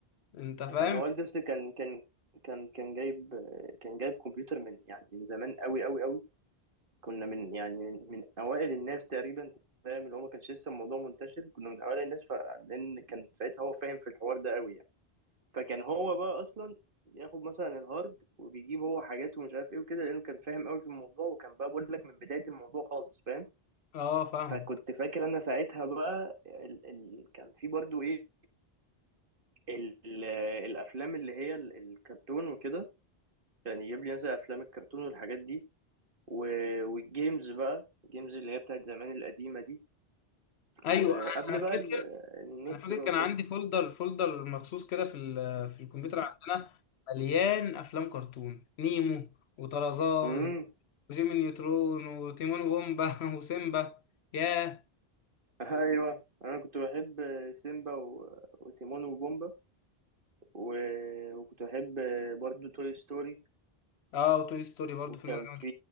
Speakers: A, on the left; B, on the right.
A: انت فاهم
B: انا والدي اصلي كان كان كان كان جايب كان جايب كمبيوتر من يعني من زمان قوي قوي قوي كنا من يعني من, من اوائل الناس تقريبا فاهم اللي هو ما كانش لسه الموضوع منتشر كنا من اوائل الناس فلان كان ساعتها هو فاهم في الحوار ده قوي يعني فكان هو بقى اصلا ياخد مثلا الهارد وبيجيب هو حاجات ومش عارف ايه وكده لانه كان فاهم قوي في الموضوع وكان بقى بقول لك من بداية الموضوع خالص فاهم
A: اه فاهم
B: فكنت فاكر انا ساعتها بقى ال... ال... كان في برضو ايه ال... الافلام اللي هي ال- الكرتون وكده يعني يجيب لي مثلا افلام الكرتون والحاجات دي و... والجيمز بقى الجيمز اللي هي بتاعت زمان القديمة دي
A: ايوه
B: وقبل
A: انا أنا فاكر
B: بقى ال- النت
A: انا فاكر
B: بقى
A: كان
B: وكده
A: عندي فولدر فولدر مخصوص كده في ال- في الكمبيوتر عندنا مليان افلام كرتون نيمو وطرزان
B: امم
A: وجيمي نيوترون وتيمون وومبا <laughs> وسيمبا ياه
B: ايوه انا كنت بحب سيمبا و... وتيمون وبومبا و... وكنت بحب برضو توي ستوري
A: اه وتوي ستوري برضه
B: وكان
A: فيلم ده جامد
B: في